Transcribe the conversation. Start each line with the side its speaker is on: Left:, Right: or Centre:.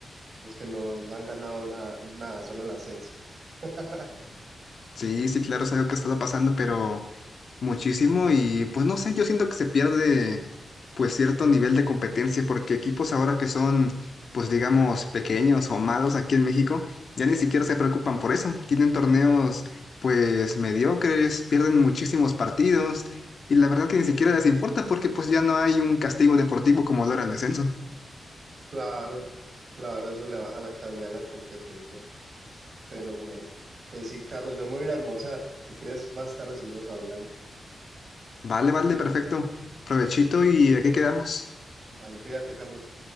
Right: los que no han ganado nada, nada, solo el ascenso. <laughs>
Left: Sí, sí, claro, es algo que ha estado pasando, pero muchísimo y pues no sé, yo siento que se pierde pues cierto nivel de competencia, porque equipos ahora que son, pues digamos, pequeños o malos aquí en México, ya ni siquiera se preocupan por eso. Tienen torneos, pues mediocres, pierden muchísimos partidos y la verdad que ni siquiera les importa porque pues ya no hay un castigo deportivo como lo era el descenso.
Right: Claro, claro, eso le baja la calidad a la competencia. Pero bueno, pues sí, Carlos, yo me voy a ir a almorzar. Si quieres, más tarde seguimos hablando.
Left: Vale, vale, perfecto. Provechito y aquí quedamos.
Right: Dale, cuídate, Carlos.